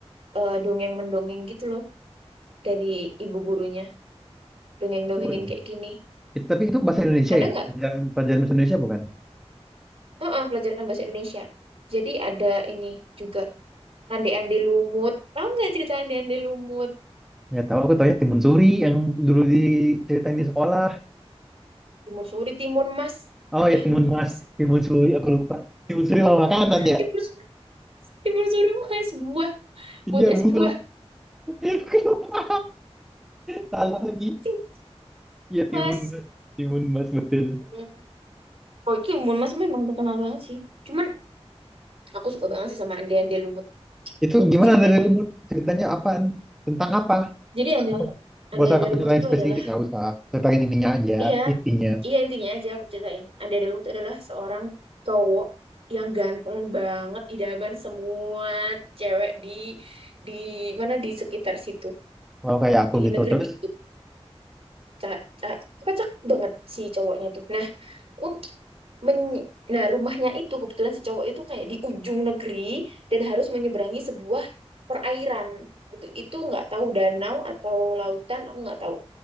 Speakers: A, on the right; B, in the centre.
A: eh, dongeng-mendongeng gitu loh dari ibu gurunya dongeng-dongengin
B: Seru dong.
A: kayak gini
B: Itu- tapi itu bahasa Indonesia
A: ada
B: ya?
A: nggak
B: Pelajaran, pelajaran bahasa Indonesia bukan?
A: Heeh, pelajaran bahasa Indonesia jadi ada ini juga ande-ande lumut tahu nggak cerita ande-ande lumut
B: Nggak tahu, aku taunya Timun Suri yang dulu diceritain di sekolah.
A: timun suri timun mas
B: Oh
A: wah
B: ya, Timun
A: gimana
B: Mas, Timun Suri, aku lupa. Timun Suri sama makanan ya?
A: timun suri timun suri mas buah
B: Iya,
A: buat es
B: buah.
A: buah
B: <laughs> Aku lupa. Salah lagi.
A: timun
B: Iya, Timun
A: mas
B: Mas. Timun Mas, betul.
A: Hmm. oh itu timun mas memang terkenal banget sih cuman aku suka banget sih sama ande-ande lumut
B: Itu
A: bagus
B: gimana
A: ceritanya
B: dari remote? Ceritanya apaan? Tentang apa?
A: jadi ada
B: <laughs>
A: ande-ande
B: Gak usah kamu
A: lumut
B: ceritain
A: itu
B: spesifik,
A: adalah
B: gak usah. Ceritain ininya aja,
A: Iya,
B: intinya.
A: iya intinya aja aku ceritain. Ade Delung itu adalah seorang cowok yang ganteng banget, idaman semua cewek di di mana di sekitar situ,
B: Kalau kayak aku
A: di
B: gitu.
A: negeri
B: Terus,
A: itu. Ca- ca- Kocak banget si cowoknya tuh. Nah, untuk men- nah rumahnya itu kebetulan si cowok itu kayak di ujung negeri dan harus menyeberangi sebuah perairan. Itu itu nggak tahu danau atau lautan, aku nggak tahu.